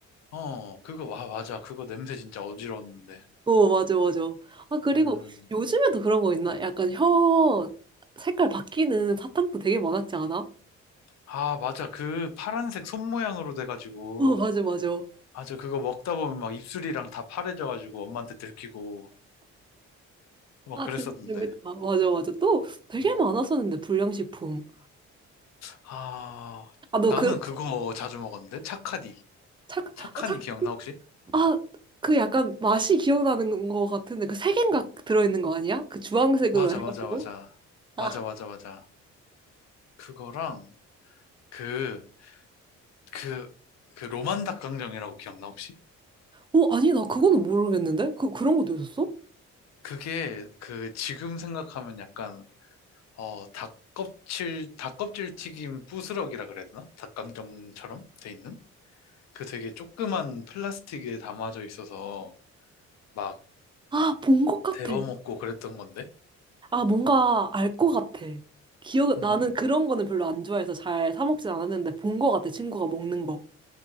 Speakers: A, on the left (about 60°); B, on the right (about 15°).
A: 어, 그거, 와, 맞아. 그거 냄새 진짜 어지러웠는데.
B: 어, 맞아, 맞아. 아, 그리고
A: 음.
B: 요즘에도 그런 거 있나? 약간 혀 색깔 바뀌는 사탕도 되게 많았지 않아?
A: 아, 맞아. 그 파란색 손 모양으로 돼가지고.
B: 어, 맞아, 맞아.
A: 맞아. 그거 먹다 보면 막 입술이랑 다 파래져가지고 엄마한테 들키고. 막
B: 아,
A: 그랬었는데.
B: 진짜 재밌다. 맞아, 맞아. 또 되게
A: 어.
B: 많았었는데, 불량식품.
A: 아,
B: 아, 너
A: 나는
B: 그,
A: 그거 자주 먹었는데? 착하니.
B: 착,
A: 착하니
B: 착,
A: 기억나, 혹시?
B: 아, 그 약간 맛이 기억나는 거 같은데, 그 세 개인가 들어있는 거 아니야? 그 주황색으로
A: 맞아,
B: 해가지고.
A: 맞아, 맞아. 맞아,
B: 아,
A: 맞아, 맞아. 그거랑 그, 그, 그 로만 닭강정이라고 기억나, 혹시?
B: 어, 아니, 나 그거는 모르겠는데? 그, 그런 것도 있었어?
A: 그게 그 지금 생각하면 약간 어, 닭껍질, 닭껍질 튀김 부스럭이라 그래야 되나? 닭강정처럼 돼 있는? 그 되게 조그만 플라스틱에 담아져 있어서 막
B: 아, 본 것 같아.
A: 데워 먹고 그랬던 건데?
B: 아, 뭔가 알 것 같아. 기억,
A: 음,
B: 나는 그런 거는 별로 안 좋아해서 잘 사 먹진 않았는데 본 것 같아, 친구가 먹는 거.